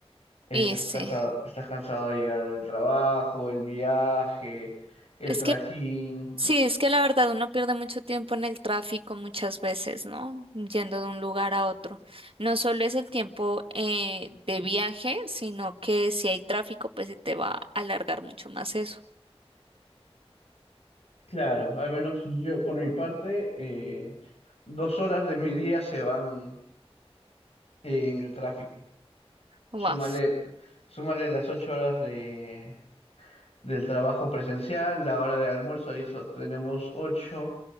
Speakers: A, on the left; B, on the right.
A: Estás
B: Y sí,
A: cansado, estás cansado de llegar del trabajo, el viaje, el
B: es
A: trajín.
B: que sí, es que la verdad uno pierde mucho tiempo en el tráfico muchas veces, ¿no? Yendo de un lugar a otro. No solo es el tiempo eh, de viaje, sino que si hay tráfico, pues se te va a alargar mucho más eso.
A: Claro, al menos yo por mi parte, eh, dos horas de mi día se van eh, en el tráfico.
B: Wow.
A: Súmale, súmale las ocho horas de, del trabajo presencial, la hora de almuerzo, ahí so- tenemos ocho